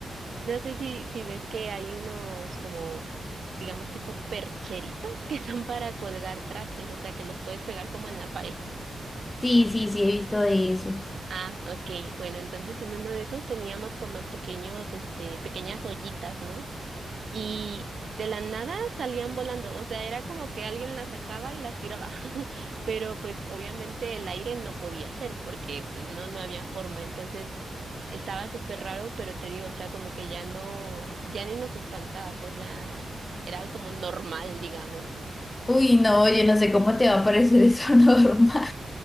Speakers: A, on the right; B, on the left.
A: no sé si, si ves que hay unos como, digamos, tipo percheritos <laughs> que son para colgar trastes, o sea, que los puedes pegar como en la pared.
B: Sí, sí, sí, he visto de esos.
A: Ah, ok. Bueno, entonces en uno de esos teníamos como pequeños, este, pequeñas ollitas, ¿no? y de la nada salían volando, o sea, era como que alguien las sacaba y las tiraba, <laughs> pero pues obviamente el aire no podía ser porque pues no, no había forma, entonces estaba súper raro, pero te digo, o sea, como que ya no, ya ni nos espantaba, pues ya era como normal, digamos.
B: Uy, no, yo no sé cómo te va a parecer eso <laughs> normal.